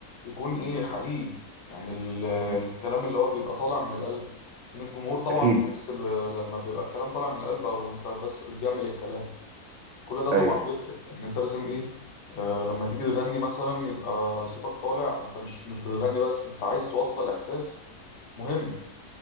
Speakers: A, on the left; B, on the right.
A: يكون إيه حقيقي يعني ال-
B: مم.
A: الكلام اللي هو بيبقى طالع من القلب إن الجمهور طبعا
B: اكيد
A: بيحس ب... لما بيبقى الكلام طالع من القلب أو أنت بس بتجمل الكلام كل ده طبعا
B: ايوه
A: بيفرق إن أنت لازم إيه آه لما تيجي تغني مثلا يبقى صوتك طالع أنت مش مش بتغني بس أنت عايز توصل إحساس مهم
B: مم.